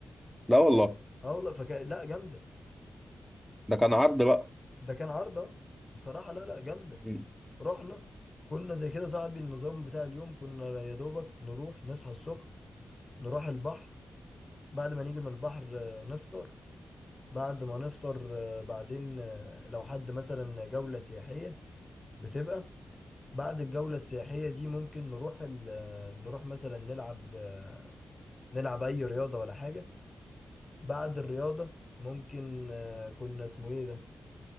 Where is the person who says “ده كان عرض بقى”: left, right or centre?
Centre